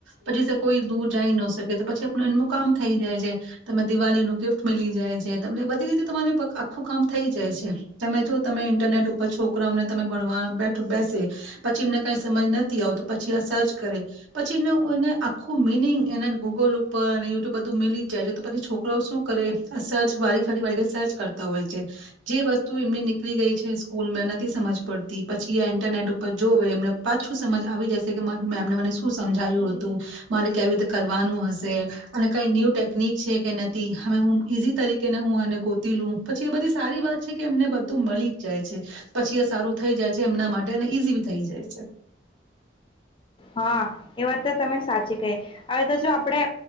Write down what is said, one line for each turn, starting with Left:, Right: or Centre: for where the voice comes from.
Right: પછી કોઈ દૂર જાય ન શકે તો પછી આપણું એમનું કામ થઈ જાય છે, તમે દિવાળી નું ગિફ્ટ મળી જાય છે. તમ બધી રીતે તમારે આખું કામ થઈ જાય છે, તમે જો તમે ઇન્ટરનેટ ઉપર છોકરા અમને તમે ભણવા બેઠ બેસે, પછી એમને કઈ સમજ નથી આવ તો પછી આ સર્ચ કરે, પછી એને એને આખું મિનિંગ એના ગૂગલ ઉપર અને યુટુબ બધું મિલી જ જાય છે તો પછી છોકરાઓ શું કરે આ સર્ચ વાળ ફડી વાળ સર્ચ કરતા હોય છે, જે વસ્તુ એમની નીકળી ગઈ છે સ્કૂલમાં નથી સમજ પડતી પછી ઇન્ટરનેટ ઉપર જોવે એમને પાછું સમજ આવી જશે કે મારી મેમને મને શું સમજાવ્યું હતું, મારે કેવી રીતે કરવાનું હશે, અને કઈ ન્યુ ટેકનિક છે કે નથી હવે હું ઈઝી તરી કેને હું એને ગોતી લું પછી એ બધી સારી વાત છે કે એમને બધું મળી જ જાય છે, પછી એ સારું થઈ જાય છે એમના માટે અને ઈઝી બી થઈ જાય છે.
Left: હા, એ વાત તો તમે સાચી કહી, હવે તો જો આપણે